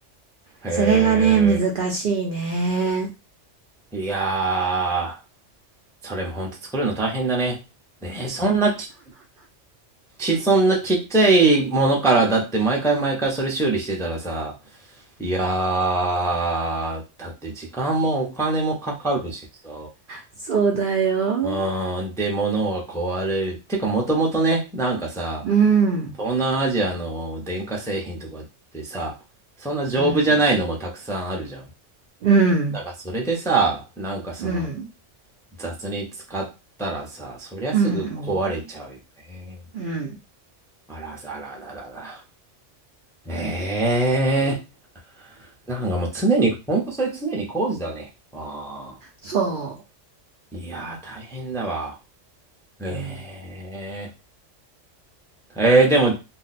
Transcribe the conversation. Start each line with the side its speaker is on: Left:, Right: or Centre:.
Centre: へ
Right: それがね、難しいね。
Centre: え、いやー、それもほんと作るの大変だね。ねえ、そんなち、ち、そんなちっちゃいものから、だって毎回毎回それ修理してたらさ、いやー、だって時間もお金もかかるしさ、
Right: そうだよ。
Centre: うーん、で、物は壊れる。てか、もともとね、なんかさ、
Right: うん、
Centre: 東南アジアの電化製品とかってさ、そんな丈夫じゃないのもたくさんあるじゃん。
Right: うん、うん、
Centre: だからそれでさ、なんかその
Right: うん、
Centre: 雑に使ったらさ、そりゃすぐ壊れちゃうよね。
Right: うん、うん、うん
Centre: あらあらあらあらあら。ええーなんかもう常に、ほんとそれ常に工事だね。ああ。
Right: そ
Centre: いやー、大変だわ。ええ
Right: う。うん、
Centre: えー、でも、